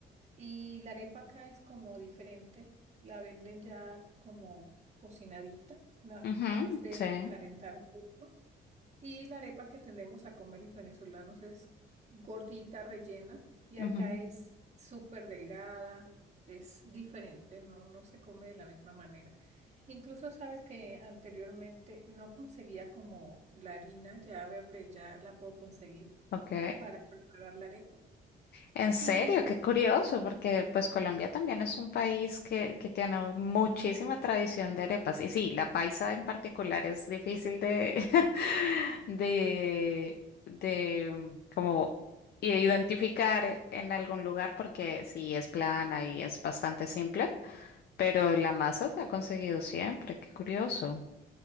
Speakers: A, on the right (about 35°); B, on the left (about 55°).
A: Y la arepa acá es como diferente, la venden ya como cocinadita, nada
B: Ujú,
A: más de
B: sí.
A: calentar un poco. Y la arepa que tendemos a comer los venezolanos es gordita, rellena, y
B: ujú,
A: acá es súper delgada, es diferente, no, no se come de la misma manera. Incluso sabes que anteriormente no conseguía como la harina, ya veo que ya la puedo conseguir
B: Ok.
A: para preparar la arepa.
B: En serio,
A: Y
B: qué curioso, porque pues Colombia también es un país que, que tiene muchísima tradición de arepas. Y sí, la paisa en particular es difícil de, <laughs> de, de como identificar en algún lugar porque sí es plana y es bastante simple, pero la masa se ha conseguido siempre, qué curioso.